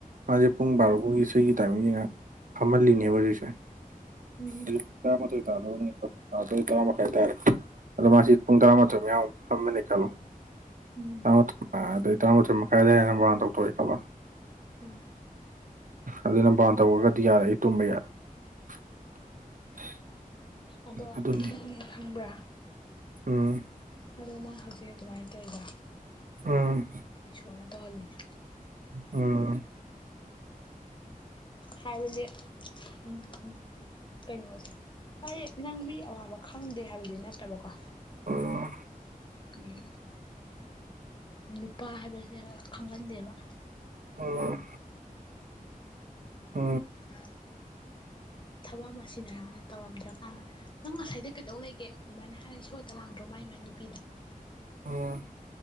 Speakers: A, on the right; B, on the left.
A: ꯃꯥꯁꯦ ꯄꯨꯡ ꯕꯥꯔꯣ ꯐꯥꯎꯒꯤ ꯏꯁꯩꯒꯤ ꯇꯥꯏꯃꯤꯡꯁ ꯐꯝꯍꯜꯂꯤꯅꯦꯕ ꯍꯧꯖꯤꯛꯁꯦ
B: ꯎꯝ
A: ꯑꯗꯨ ꯀ ꯃꯊ ꯇ ꯑ ꯇꯔꯥ ꯃꯈꯥꯏ ꯍꯥꯏꯇꯥꯔꯦ ꯑꯗꯣ ꯃꯥꯁꯤ ꯄꯨꯡ ꯇꯔꯥꯃꯥꯊꯣꯏ ꯃꯌꯥꯝ ꯐꯝꯃꯅꯤ ꯈꯜꯂꯣ
B: ꯎꯝ
A: ꯇꯔꯥꯃꯥꯊꯣꯏ ꯑꯗꯩ ꯇꯔꯥꯃꯥꯊꯣꯏ ꯃꯈꯥꯏꯗꯩꯅ ꯃꯔꯥꯟ ꯇꯧꯊꯣꯛꯑꯦ ꯈꯜꯂꯣ
B: ꯎ
A: ꯑꯗꯨꯅ ꯕꯥꯟ ꯇꯧꯔꯒꯗꯤ ꯌꯥꯔꯦ ꯑꯩ ꯇꯨꯝꯕ ꯌꯥꯔꯦ <unintelligible>
B: ꯑꯗꯣ
A: ꯑꯗꯨꯅꯤ
B: ꯅꯪꯅꯦ ꯈꯪꯕ꯭ꯔꯥ
A: ꯎꯝ
B: ꯑꯗꯨ ꯅꯪ ꯍꯧꯖꯤꯛ ꯑꯗꯨꯃꯥꯏꯅ ꯇꯧꯗ
A: ꯎꯝ
B: ꯏꯁꯣꯔꯅ ꯇꯧꯍꯜꯂꯤꯅꯦ
A: ꯎꯝ
B: ꯍꯥꯏꯕꯁ ꯎꯝ ꯎꯝ ꯀꯩꯅꯣꯁꯦ ꯍꯥꯏ ꯅꯪ ꯃꯤ ꯑꯋꯥꯕ ꯈꯪꯗꯦ ꯍꯥꯏꯕꯗꯤ ꯅꯠꯇꯕꯀꯣ
A: ꯎꯝ
B: ꯎꯝ ꯅꯨꯄꯥ ꯍꯥꯏꯕꯁꯦ ꯈꯪꯍꯟꯗꯦꯕ
A: ꯎꯝ ꯎꯝ ꯎꯝ ꯎꯝ ꯎꯝ ꯎꯝ
B: ꯣ ꯊꯕꯛ ꯑꯃ ꯁꯤꯟꯅꯔꯝꯅꯤ ꯇꯧꯔꯝꯗ꯭ꯔꯀꯥꯟꯗ ꯅꯪ ꯉꯁꯥꯏꯗ ꯀꯩꯗꯧ ꯂꯩꯒꯦ ꯑꯗꯨꯃꯥꯏꯅ ꯍꯥꯏꯔꯒ ꯏꯁꯣꯔꯠꯇ ꯂꯥꯡꯗ꯭ꯔꯣ ꯃꯥꯏ ꯃꯥꯏ ꯅꯨꯄꯤꯗ
A: ꯑ